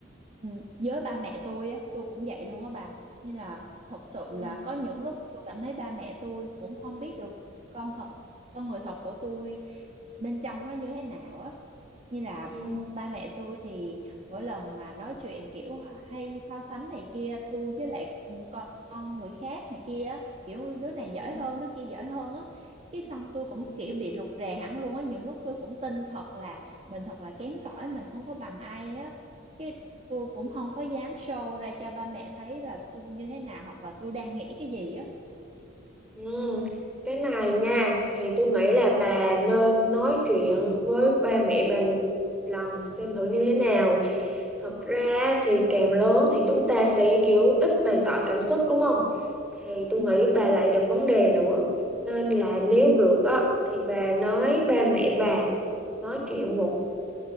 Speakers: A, on the right; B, in the centre.
A: ừ, với ba mẹ tôi á, tôi cũng vậy luôn á bà. Như là thật sự
B: ừ.
A: là có những lúc tôi cảm thấy ba mẹ tôi cũng không biết được con thật, con người thật của tôi bên trong nó như thế nào á. Như là
B: Ừ.
A: ba mẹ tôi thì mỗi lần mà nói chuyện kiểu hay so sánh này kia tôi với lại con, con người khác này kia á, kiểu đứa này
B: Ừ.
A: giỏi hơn đứa kia giỏi hơn á cái xong tôi cũng
B: Ừ.
A: kiểu bị rụt rè hẳn luôn á nhiều lúc tôi cũng tin thật là mình thật là kém cỏi mình không có bằng ai á cái tôi cũng không có dám show ra cho ba mẹ thấy là tôi như thế nào hoặc là tôi đang nghĩ cái gì á
B: Ừ. cái này nha thì tôi nghĩ là
A: ừ
B: bà nên nói chuyện với ba mẹ bà một lần xem thử như thế nào thật ra thì càng lớn thì chúng ta sẽ kiểu ít bày tỏ cảm xúc đúng không thì tôi
A: ừ
B: nghĩ bà lại gặp vấn đề nữa nên là nếu
A: ừ
B: được á thì bà nói ba mẹ bà nói chuyện một